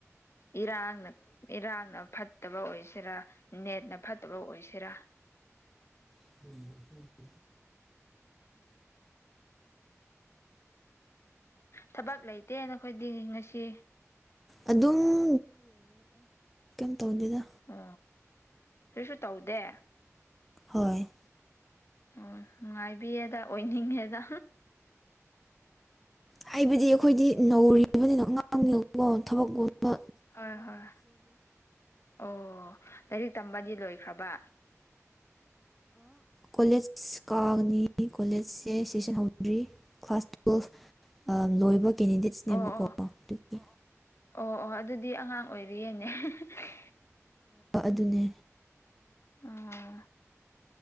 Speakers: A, on the left; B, in the centre.
A: ꯏꯔꯥꯡꯅ ꯏꯔꯥꯡꯅ ꯐꯠꯇꯕ ꯑꯣꯏꯁꯤꯔꯥ ꯅꯦꯠꯅ ꯐꯠꯇꯕ ꯑꯣꯏꯁꯤꯔꯥ
B: ꯊꯗ ꯁ <unintelligible>
A: ꯊꯕꯛ ꯂꯩꯇꯦ ꯅꯈꯣꯏꯗꯤ ꯉꯁꯤ
B: ꯑꯗꯨꯝ ꯇꯧꯗ‌ꯦꯗ
A: ꯑ ꯀꯩꯁꯨ ꯇꯧꯗꯦ
B: ꯍꯣꯏ
A: ꯑꯣ ꯅꯨꯡꯉꯥꯏꯕꯤꯌꯦꯗ ꯑꯣꯏꯅꯤꯡꯉꯦꯗ
B: ꯍꯥꯏꯕꯗꯤ ꯑꯩꯈꯣꯏꯗꯤ ꯅꯧꯔꯤꯕꯅꯤꯅꯣ ꯑꯉꯥꯡꯁꯤꯡꯅꯀꯣ ꯊꯕꯛꯒꯨꯟꯕ
A: ꯍꯣꯏ ꯍꯣꯏ ꯑꯣ ꯂꯥꯏꯔꯤꯛ ꯇꯝꯕꯗꯤ ꯂꯣꯏꯈ꯭ꯔꯕ
B: ꯀꯣꯂꯦꯖ ꯀꯥꯒꯅꯤ ꯀꯣꯂꯦꯖꯁꯦ ꯁꯦꯁꯟ ꯍꯧꯗ꯭ꯔꯤ ꯀ꯭ꯂꯥꯁ ꯇꯨꯋꯦꯜꯐ ꯂꯣꯏꯕ ꯀꯦꯟꯗꯤꯗꯦꯠꯁ ꯅꯦꯕꯀꯣ
A: ꯑꯣ ꯑꯣ
B: ꯑꯗꯨꯒꯤ
A: ꯑꯣ ꯑꯣ ꯑꯗꯨꯗꯤ ꯑꯉꯥꯡ ꯑꯣꯏꯔꯤꯌꯦꯅꯦ꯫ <unintelligible>
B: ꯑꯗꯨꯅꯦ
A: ꯑꯣ